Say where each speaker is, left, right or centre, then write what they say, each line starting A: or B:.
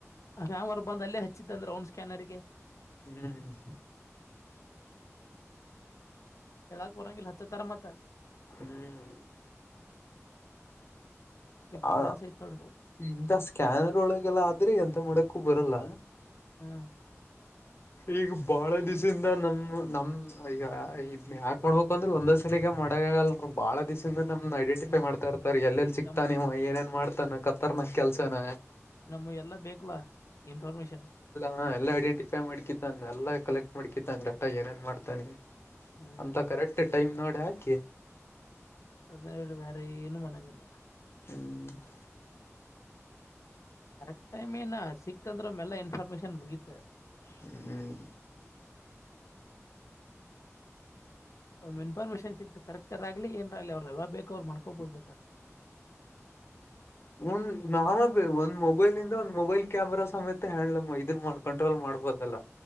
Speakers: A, on the left; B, on the left.
A: ಹಾವರ್ ಬಂದು ಅಲ್ಲೇ ಹಚ್ಚಿದ್ದ ಅಂದ್ರೆ ಅವನ್ ಸ್ಕ್ಯಾನರ್ಗೆ
B: ಹ್ಮ್
A: ಹೇಳಾಕ್ ಬರಂಗಿಲ್ಲ ಹತ್ತ ತರ ಮತ್ತ
B: ಹ್ಮ್
A: ಇಟ್ಟ
B: ಅ
A: ತ್ರಾಸ ಐತ್ ನೋಡ
B: ಇಂಂತ ಸ್ಕ್ಯಾನರ್ ಒಳಗೆಲ್ಲ ಆದ್ರೆ ಎಂತ ಮಾಡಕ್ ಕ್ಕು ಬರಲ್ಲ
A: ಹಾ
B: ಈಗ ಬಾಳ ದಿವ್ಿಂದ ನಮ ನಮ್ ಈಗ ಇದ ಯಾಕ ಮಾಡ್ಬೇಕಂದ್ರೆ ಒಂದೊಂದ್ ಸಲಿಗೆ ಮಾಡ ಬಾಳ ದಿಸಸ ನಮ್ ಐಡೆಂಟಿಫೈ
A: ಹ್ಮ್
B: ಮಾಡ್ತಾ ಇರ್ತಾರೆ ಎಲ್ಲೆಲ್ಲಿ ಚಕ್ತಾನ
A: ನಮ್ಮ
B: ನೀವ್ ಏನೇನ್ ಮಾಡ್ತಾನ ಕತ್ತರ್ನ ಕೆಲ್ಸನ
A: ನಮ ಎಲ್ಲ ಬೇಕಲಾ ಇನ್ಫಾರ್ಮೇಶನ್
B: ಹಾ ಎಲ್ಲ ಐಡೆಂಟಿಫೈ ಮಾಡ್ಿತ್ತಾನೆ ಎಲ್ಲ ಕಲೆಕ್ಟ್ ಮಾಡಕಿತ್ತಾನ ಡಾಟ ಏನೇನ್ ಮಾಡ್ತಾನೆ
A: ಹ್ಮ್
B: ಅಂತ ಕರೆಕ್ಟ್ ಟೈಮ್ ನೋಡಿ ಹಾಕಿ
A: ಅಟ್ಟ ವರ ಏನು ಮಣಂಗಿಲ್ಲ
B: ಹ್ಮ್
A: ಕರೆಕ್ಟ್ ಟೈಮ್ ನ ಸಿಕ್ತಂದ್ರ ಮೆಲ್ಲ ಇನ್ಫಾರ್ಮೇಶನ್ ಮುಗೀತ್
B: ಹ್ಮ್
A: ಒ್ ಇನ್ಫಾರ್ಮೇಶಷನ್ ಸಿಕ್ತು ಕರೆಕ್ಟ್ರ್ ಆಗ್ಲಿ ಏರಲಿ ಅವರು ಯಾವಾಗ ಬೇಕ ಅವ್ರು ಮಾಡ್ಕೋಬೋದುಬೇಕ
B: ಒಂದ್ ನಾವ ಒಂದ್ ಮೊಬೈಲ್ ಇಂದ ಒಂದ್ ಮೊಬೈಲ್ ಕ್ಯಾಮರಾ ಸಮೇತ ಹ್ಯಾಂಡ್ಲ ಇದನ್ ಕಂಟ್ರೋಲ್ ಮಾಡ್ಬದಲ್ಲ